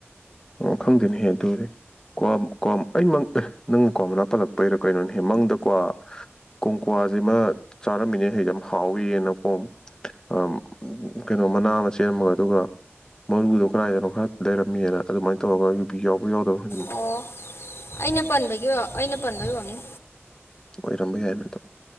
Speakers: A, on the left; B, on the left.
A: ꯑꯣ ꯈꯪꯗꯦꯅꯦꯍꯦ ꯑꯗꯨꯨꯗꯤ ꯀ꯭ꯋꯥꯝ ꯀ꯭ꯋꯥꯝ ꯑꯩ ꯃꯪꯇꯦ ꯅꯪ ꯀ꯭ꯋꯥ ꯃꯅꯥ ꯄꯜꯂꯛꯄꯩꯔ ꯀꯩꯅꯣꯅꯦꯍꯦ ꯃꯪꯗ ꯀ꯭ꯋꯥ ꯀꯣꯡꯀ꯭ꯋꯥꯁꯤꯃ ꯆꯥꯔꯝꯃꯤꯅꯦ ꯍꯦꯟꯅ ꯌꯥꯝ ꯍꯥꯎꯏꯅꯀꯣꯝ ꯑꯝ ꯀꯩꯅꯣ ꯃꯅꯥ ꯃꯆꯦꯠ ꯑꯃꯒ ꯑꯗꯨꯒ ꯃꯔꯨꯗꯣ ꯀꯗꯥꯏꯗꯅꯣ ꯈꯔ ꯂꯩꯔꯝꯃꯦꯅ ꯑꯗꯨꯃꯥꯏꯅ ꯇꯧꯔꯒ ꯌꯨꯕꯤ ꯌꯥꯎꯕꯔꯥ ꯌꯥꯎꯗꯕꯔꯥ
B: ꯑꯣ ꯑꯩꯅ ꯄꯟꯕꯒꯤ ꯑꯩꯅ ꯄꯟꯕꯒꯤ ꯑꯣꯏꯔꯝꯅꯤ
A: <unintelligible> ꯇꯝꯕ ꯌꯥꯏ ꯃꯗꯣ